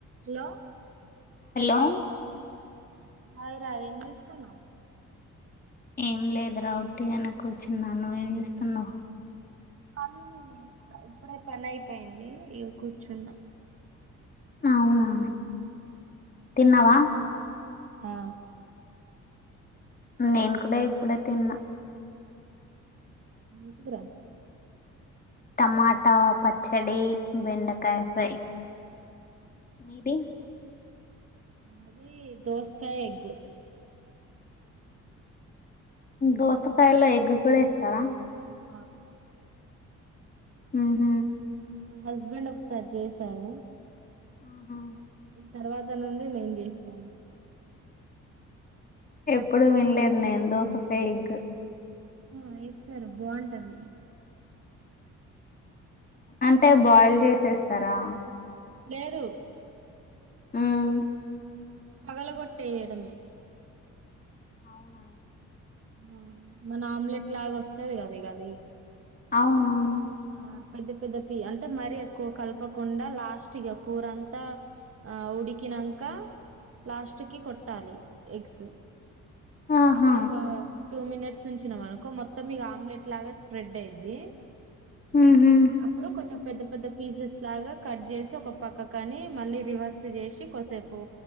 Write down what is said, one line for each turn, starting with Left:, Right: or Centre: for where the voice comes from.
Right: Hello
Left: hello
Right: అయ్ రా ఏం చేస్తున్నావ్?
Left: ఏం లేదు వట్టి అని కూర్చున్నా నువ్వేం చేస్తున్నావు?
Right: అవును ఇప్పుడే పని అయిపోయింది ఇ కూర్చున్నా
Left: అవునా తిన్నావా
Right: తిన్నవా ఆ
Left: నేను కూడా ఇప్పుడే తిన్నా
Right: ఏందిరా
Left: టమాటా పచ్చడి, బెండకాయ ఫ్రై మీది?
Right: మాది దోసకాయ ఎగ్
Left: దోసకాయలో ఎగ్ కూడా ఏస్తారా?
Right: ఆ
Left: హహ
Right: మా హస్బెండ్ ఒకసారి చేసారు
Left: ఆహా
Right: తర్వాత నుండి నేను చేస్తాను.
Left: ఎప్పుడు వినలేదు నేను దోసకాయ ఎగ్గు
Right: ఆ వేస్తారు బావుంటది
Left: అంటే బాయిల్ చేసేస్తారా?
Right: లేదు
Left: ఉం
Right: పగల గోట్టే ఏయడమే
Left: అవునా
Right: ఆ మన ఆమ్లెట్ లాగ వస్తది కద ఇగ అది
Left: అవునవును
Right: ఆ పెద్ద పెద్ద పి అంటే మరీ ఎక్కువ కలపకుండా లాస్ట్గా కూరంతా ఆ ఉడికి నంక లాస్ట్ కి కొట్టాలి ఎగ్స్
Left: ఆహా
Right: అప్పుడు ఒక టూ మినిట్స్ ఉంచినాం అనుకో మొత్తం ఇగ ఆమ్లెట్ లాగా స్ప్రెడ్ అయిది
Left: హూ హమ్
Right: అప్పుడు కొంచెం పెద్ద పెద్ద పీసెస్ లాగా కట్ చేసి ఒక పక్క కానీ మళ్ళీ రివర్స్ చేసి కోసేపు